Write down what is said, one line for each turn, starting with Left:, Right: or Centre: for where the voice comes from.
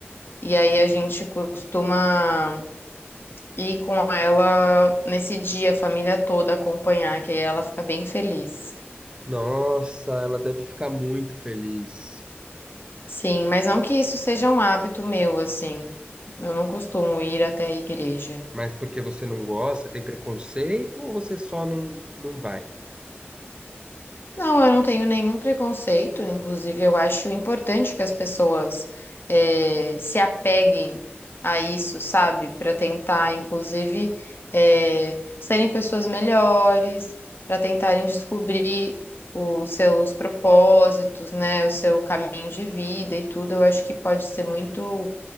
Left: e aí a gente costuma ir com ela nesse dia, a família toda acompanhar, que aí ela fica bem feliz.
Right: Nossa, ela deve ficar muito feliz.
Left: Sim, mas não que isso seja um hábito meu, assim. Eu não costumo ir até a igreja.
Right: Mas porque você não gosta, tem preconceito ou você só não, não vai?
Left: Não, eu não tenho nenhum preconceito. Inclusive, eu acho importante que as pessoas eh, se apeguem a isso, sabe? Para tentar, inclusive, eh, serem pessoas melhores, para tentarem descobrir os seus propósitos, né? O seu caminho de vida e tudo. Eu acho que pode ser muito,